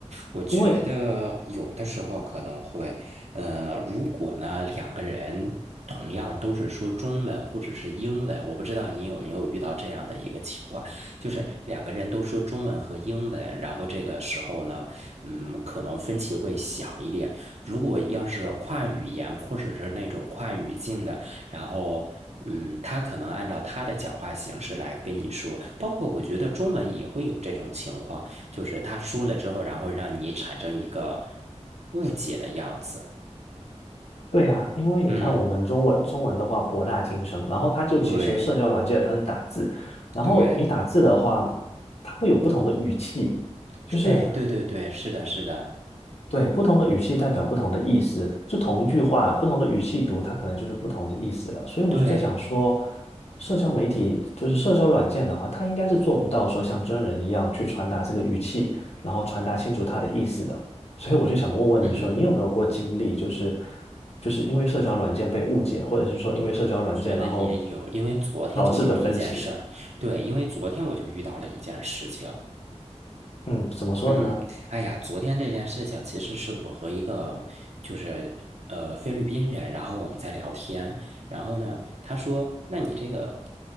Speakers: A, on the right; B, on the left.
A: 我觉得有的时候可能会，
B: 因为
A: 呃，如果呢两个人同样都是说中文或者是英文，我不知道你有没有遇到这样的一个情况，就是两个人都说中文和英文，然后这个时候呢，嗯，可能分歧会小一点。如果要是跨语言或者是那种跨语境的，然后。嗯，他可能按照他的讲话形式来跟你说，包括我觉得中文也会有这种情况，就是他说了之后，然后让你产生一个误解的样子。
B: 对啊，因为你看我们中文中文的话博大精深，
A: 嗯，
B: 然后它就其实社交软件它是打字，
A: 对
B: 然后你打字的话，
A: 对，
B: 它会有不同的语气，就是
A: 是，哎，对对对，是的，是的，
B: 对，不同的语气代表不同的意思，就同一句话，不同的语气读，它可能就是不同的意思了。所以我就在想说，
A: 对，
B: 社交媒体就是社交软件的话，它应该是做不到说像真人一样去传达这个语气，然后传达清楚它的意思的。所以我就想问问你说，
A: 嗯，
B: 你有没有过经历，就是就是因为社交软件被误解，或者是说因为社交软件然后
A: 我觉得也有，因为昨天就有一件事儿，
B: 导致的分歧？
A: 对，因为昨天我就遇到了一件事情，
B: 嗯，怎么说的呢？
A: 嗯，哎呀，昨天这件事情其实是我和一个就是呃菲律宾人，然后我们在聊天，然后呢，他说：“那你这个